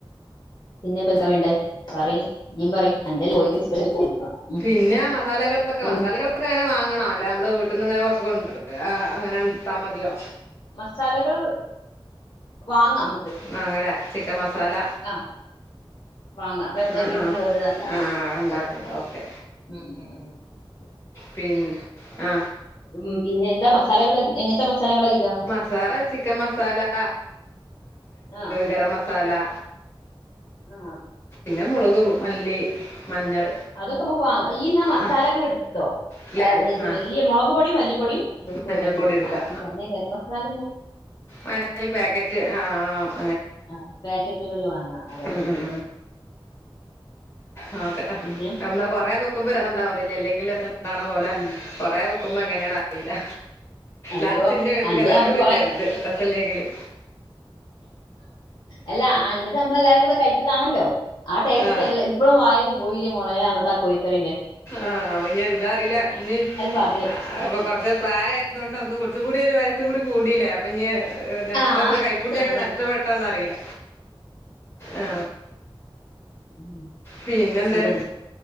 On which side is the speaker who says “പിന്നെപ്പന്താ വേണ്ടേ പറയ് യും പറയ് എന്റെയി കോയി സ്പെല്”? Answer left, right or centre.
Left